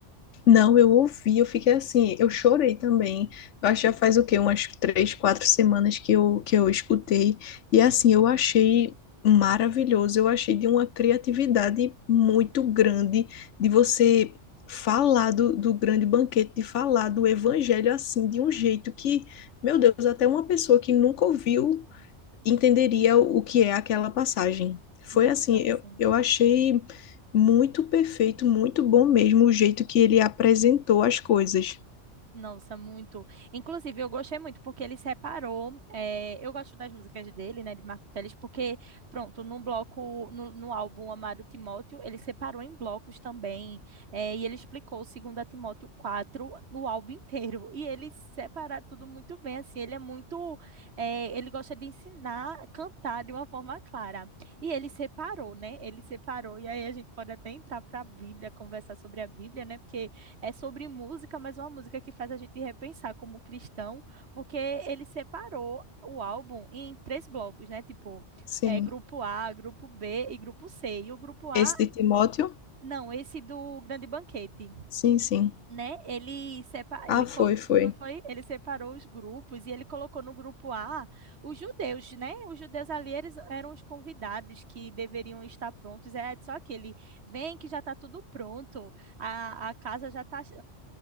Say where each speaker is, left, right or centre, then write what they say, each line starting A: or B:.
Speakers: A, on the left; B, on the right.
A: Não, eu ouvi, eu fiquei assim, eu chorei também. Eu acho que já faz o quê? Umas três, quatro semanas que eu, que eu escutei. E assim, eu achei maravilhoso, eu achei de uma criatividade muito grande de você falar do, do grande banquete, de falar do evangelho assim, de um jeito que, meu Deus, até uma pessoa que nunca ouviu entenderia o que é aquela passagem. Foi
B: Nossa,
A: assim, eu,
B: sim.
A: eu achei muito perfeito, muito bom mesmo o jeito que ele apresentou as coisas.
B: Nossa, muito. Inclusive, eu gostei muito porque ele separou. eh, eu gosto das músicas dele, né, de Marco Teles, porque, pronto, num bloco, no, no álbum Amado Timóteo, ele separou em blocos também. eh, e ele explicou o 2 Timóteo 4 no álbum inteiro. E ele separa tudo muito bem, assim. Ele é muito. eh, ele gosta de ensinar a cantar de uma forma clara. E ele separou, né? Ele separou. E aí a gente pode até entrar para a Bíblia, conversar sobre a Bíblia, né? Porque é sobre música, mas é uma música que faz a gente repensar como cristão, porque ele separou o álbum em três blocos, né? Tipo,
A: Sim.
B: é, grupo A, grupo B e grupo C. E o grupo A,
A: Esse de Timóteo?
B: não, esse do Grande Banquete
A: Sim, sim.
B: né? Ele separa,
A: Ah,
B: ele
A: foi,
B: colo-
A: foi.
B: não foi, ele separou os grupos e ele colocou no grupo A os judeus, né? Os judeus ali eles eram os convidados que deveriam estar prontos. É só que ele vem que já está tudo pronto, a, a casa já está